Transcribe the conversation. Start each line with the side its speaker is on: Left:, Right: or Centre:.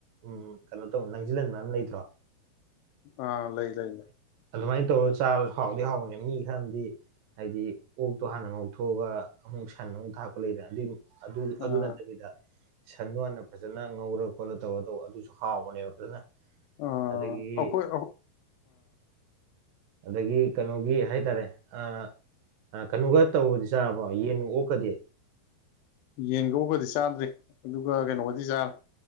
Right: ꯎꯝ ꯀꯩꯅꯣ ꯇꯧ ꯂꯪꯖꯤꯜꯍꯟꯕꯃꯥ ꯂꯩꯇ꯭ꯔꯣ
Left: ꯑꯥ ꯂꯩ ꯂꯩ ꯂꯩ
Right: ꯑꯗꯨꯃꯥꯏ꯭ꯟ ꯇꯧꯔ ꯆꯥꯕꯖꯨ ꯍꯥꯎꯗꯤ ꯍꯥꯎꯕꯅꯦ ꯃꯤ ꯈꯔꯑꯝꯗꯤ ꯍꯥꯏꯗꯤ ꯑꯣꯛꯇꯣ ꯍꯥꯟꯅ ꯉꯧꯊꯣꯛꯑꯒ ꯑꯃꯨꯛ ꯁꯟ ꯑꯃꯨꯛ ꯊꯥꯛꯄ ꯂꯩꯗꯅ ꯑꯗꯨꯏ ꯑꯗꯨ ꯑꯗꯨ
Left: ꯑꯥ
Right: ꯅꯠꯇꯕꯤꯗ ꯁꯟꯗꯣ ꯍꯥꯟꯅ ꯐꯖꯅ ꯉꯧꯔ ꯈꯣꯠꯂ ꯇꯧꯔ ꯇꯧꯕ ꯑꯗꯨꯁꯨ ꯍꯥꯎꯕꯅꯦꯕ ꯐꯖꯅ
Left: ꯑꯝ
Right: ꯑꯗꯒꯤ
Left: ꯑꯈꯣꯏ ꯑꯩꯈꯣ
Right: ꯑꯗꯒꯤ ꯀꯩꯅꯣꯒꯤ ꯍꯥꯏꯇꯥꯔꯦ ꯑ ꯑꯥ ꯀꯩꯅꯣꯒ ꯇꯧꯕꯗꯤ ꯆꯥꯔꯕꯣ ꯌꯦꯟꯒ ꯑꯣꯛꯀꯗꯤ
Left: ꯌꯦꯟꯒ ꯑꯣꯛꯀꯗꯤ ꯆꯥꯗ꯭ꯔꯤ ꯑꯗꯨꯒ ꯀꯩꯅꯣꯒꯗꯤ ꯆꯥꯔꯦ